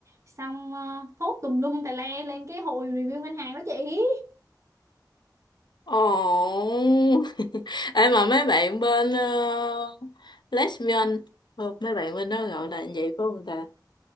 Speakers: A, on the right (about 40°); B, on the left (about 80°).
A: xong uh, phốt tùm lum tà le lên cái hội review ngân hàng đó chị
B: ồ <laughs> em mà mấy bạn bên ờ, lesbian không mấy bạn bên đó gọi là như vậy phải không ta